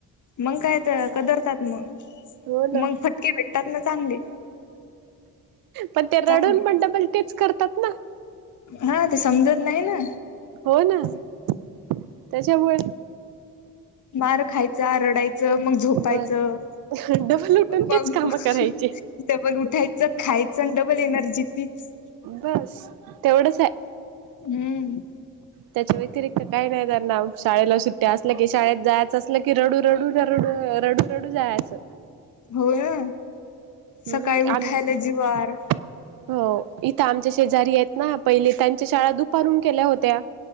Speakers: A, on the left; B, on the right.
A: मग काय तर कदरतात मग
B: हो ना
A: मग फटके भेटतात ना चांगले
B: पण ते रडून
A: चांगले
B: पणड पल तेच करतात ना
A: हा ते समजत नाही ना
B: हो ना त्याच्यामुळे
A: मार खायचा आ रडायचं मग झोपायचं
B: बस डबल उठून
A: मग
B: तेच काम करायचे
A: टबल उठायचं खायचं डबल एनर्जी तीच
B: बस तेवढंच आहे
A: हम्म
B: त्याच्या व्यतिरिक्त काही नाही त्यांना शाळेला सुट्ट्या असल्या की शाळेत जायचं असलं क किरडू रडू रडू रडू रडू जायचं
A: हो ना
B: हम्म
A: सकाळी उठायला
B: आणि
A: जिवार
B: हो इथं आमच्या शेजारी आहेत ना पहिले त्यांच्या शाळा दुपारून केल्या होत्या